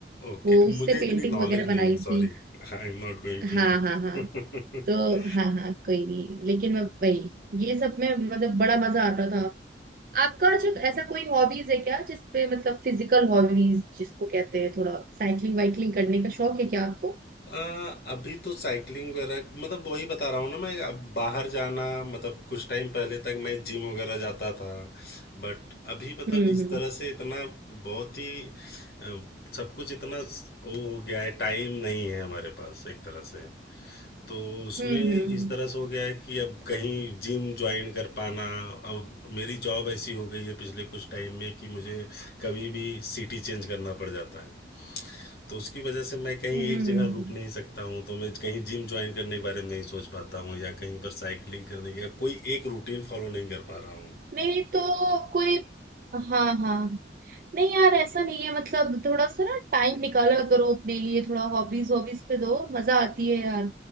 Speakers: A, on the left; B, on the right.
A: ओके
B: वो उससे
A: मुझे इतनी
B: पेंटिंग
A: नॉलेज
B: वगैरह
A: नहीं
B: बनाई
A: है sorry
B: थी
A: I am not going
B: हाँ हाँ हाँ
A: to <laughs>
B: तो हाँ हाँ कोई नहीं लेकिन मैं वही ये सब में मतलब बड़ा मजा आता था आपका अच्छा ऐसा कोई हॉबीज है क्या जिसपे मतलब फिजिकल हॉबीज जिसको कहते हैं थोड़ा साइकिलिंग वाइकलिंग करने का शौक है क्या आपको
A: आ, अभी तो साइकिलिंग वगैरह मतलब वही बता रहा हूँ ना मैं अब बाहर जाना मतलब कुछ टाइम पहले तक मैं जिम वगैरह जाता था बट अभी मतलब
B: हम्म
A: इस तरह से इतना बहुत ही अ, सब कुछ इतना स- वो हो गया है टाइम नहीं है हमारे पास एक तरह से तो उसमें
B: हम्म हम्म
A: इस
B: हम्म
A: तरह से हो गया है कि अब कहीं जिम ज्वाइन कर पाना अब मेरी जॉब ऐसी हो गई है पिछले कुछ टाइम में कि मुझे कभी भी सिटी चेंज करना पड़ जाता है तो उसकी वजह से मैं कहीं
B: हम्म
A: एक
B: हम्म,
A: जगह
B: हम्म।
A: रुक
B: हम्म।
A: नहीं सकता हूँ तो मैं कहीं जिम ज्वाइन करने के बारे में नहीं सोच पाता हूँ या कहीं पर साइकिलिंग करने का कोई एक रूटीन फॉलो नहीं कर पा रहा हूँ
B: नहीं तो कोई हाँ हाँ नहीं यार ऐसा नहीं है मतलब थोड़ा सा ना टाइम निकाला करो अपने लिए थोड़ा हॉबीज हॉबीज पे दो मजा आती है यार